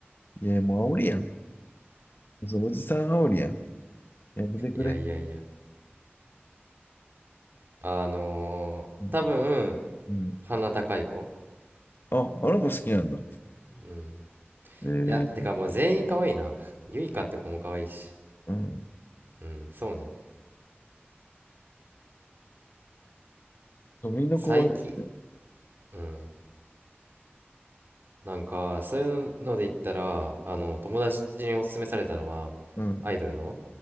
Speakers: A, on the left; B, on the right.
A: いや、もう煽りやん。そう、おじさん煽りやん。やめてくれ。
B: いやいやいやあのー、
A: うん。
B: 多分
A: うん
B: 鼻高い子
A: あ、あの子好きなんだ。
B: うん
A: え
B: いやてかもう全員可愛いなゆいか
A: ー、
B: <laughs> って子も可愛いし
A: うん。
B: うんそうね
A: そう、みんな怖いよね。
B: 最近うんなんかそういうので言ったらあの友達におすすめされたのはアイドルの
A: うん。